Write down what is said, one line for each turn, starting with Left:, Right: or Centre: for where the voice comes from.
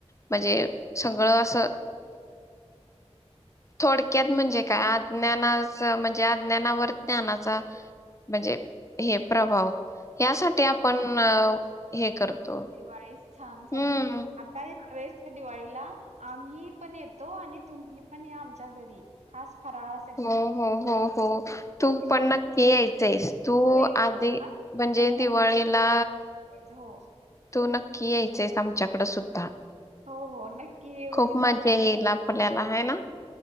Left: म्हणजे सगळं असं- थोडक्यात म्हणजे काय अज्ञानाच म्हणजे अज्ञानावर ज्ञानाचा म्हणजे हे प्रभाव. यासाठी आपण अ- हे करतो
Right: दिवाळीस छान साजरी
Left: हम्म
Right: करतो आता हे दिवाळीला आम्ही पण येतो आणि तुम्ही पण या आमच्या घरी खास- फराळासाठी
Left: हो हो हो हो तू
Right: ते
Left: पण नक्की यायचं. आहेस तू
Right: होळी
Left: आधी म्हणजे
Right: म्हणून म्हटलं
Left: दिवाळीला
Right: हो
Left: तू नक्की यायच आहेस आमच्याकड सुद्धा
Right: हो हो नक्की ये
Left: खूप
Right: तुझ्या
Left: मजा येईल आपल्याला आहे ना